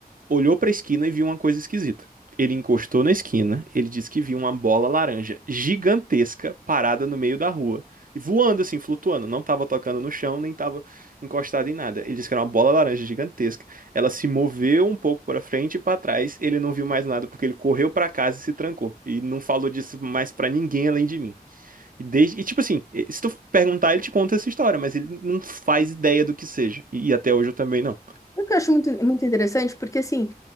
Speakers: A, on the right; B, on the left.
A: olhou pra esquina e viu uma coisa esquisita. Ele encostou na esquina, ele disse que viu uma bola laranja gigantesca parada no meio da rua, voando assim, flutuando, não tava tocando no chão, nem tava encostada em nada. Ele disse que era uma bola laranja gigantesca. Ela se moveu um pouco para frente e para trás, ele não viu mais nada porque ele correu para casa e se trancou e não falou disso mais para ninguém além de mim. E, desde, e tipo assim, se tu perguntar, ele te conta essa história, mas ele não faz ideia do que seja. E, e até hoje eu também não.
B: O que eu acho muito, muito interessante, porque assim,